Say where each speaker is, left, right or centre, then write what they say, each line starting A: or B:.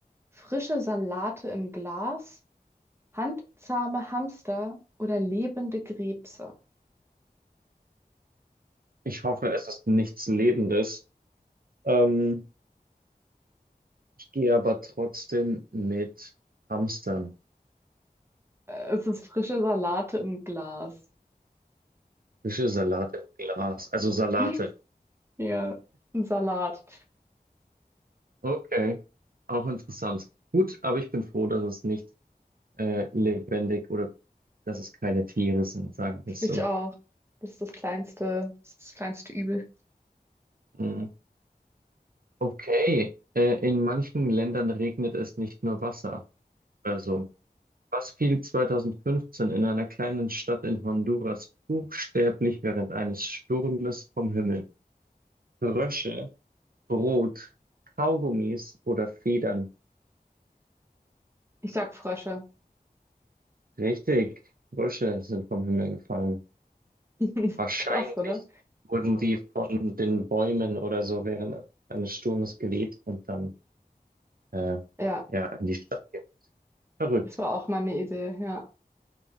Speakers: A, on the right (about 15°); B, on the right (about 65°).
A: frische Salate im Glas, handzahme Hamster oder lebende Krebse?
B: Ich hoffe, es ist nichts Lebendes. Ähm, ich gehe aber trotzdem mit Hamstern.
A: Äh, Es ist frische Salate im Glas.
B: Fische, Salat im Glas. Also Salate.
A: <laughs> Ja, ein Salat.
B: Okay, auch interessant. Gut, aber ich bin froh, dass es nicht äh, lebendig oder dass es keine Tiere sind, sagen wir es
A: Ich
B: so.
A: auch. Das ist das kleinste, das ist das kleinste Übel.
B: Mm. Okay, äh, in manchen Ländern regnet es nicht nur Wasser oder so. Was fiel 2015 in einer kleinen Stadt in Honduras buchstäblich während eines Sturmes vom Himmel? Frösche, Brot, Kaugummis oder Federn?
A: Ich sag Frösche.
B: Richtig, Frösche sind vom Himmel gefallen.
A: <laughs>
B: Wahrscheinlich
A: Krass, oder?
B: wurden die von den Bäumen oder so während eines Sturmes geweht und dann äh,
A: Ja,
B: ja in die Stadt geweht. Verrückt.
A: das war auch meine Idee, ja.